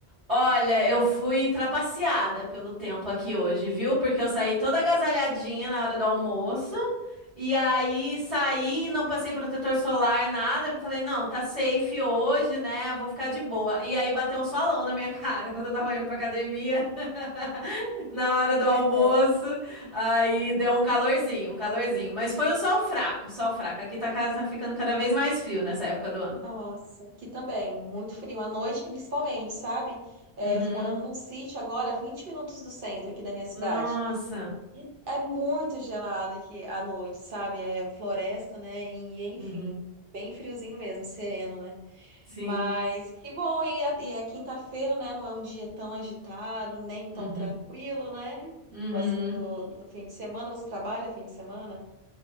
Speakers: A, on the right; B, on the right.
A: Olha, eu fui trapaceada pelo tempo aqui hoje, viu? Porque eu saí toda agasalhadinha na hora do almoço. E aí saí, não passei protetor solar, nada. Eu falei, não, tá safe hoje, né? Eu vou ficar de boa. E aí bateu um solão na minha <laughs> cara quando eu tava indo pra academia <laughs> na hora do
B: Pois
A: almoço.
B: é.
A: Aí deu um calorzinho, um calorzinho. Mas foi um sol fraco, sol fraco. Aqui tá, ca- tá ficando cada vez mais frio nessa época do ano.
B: Nossa, aqui também. Muito frio à noite, principalmente, sabe? É,
A: Uhum.
B: eu tô morando num sítio agora, 20 minutos do centro aqui da minha cidade.
A: Nossa.
B: E é muito gelado aqui à noite, sabe? É floresta, né? E, enfim,
A: Uhum.
B: bem friozinho mesmo, sereno, né?
A: Sim.
B: Mas que bom, e a- e é quinta-feira, né? Não é um dia tão agitado, nem tão
A: Uhum.
B: tranquilo, né?
A: Uhum.
B: Próximo do, do fim de semana, você trabalha fim de semana?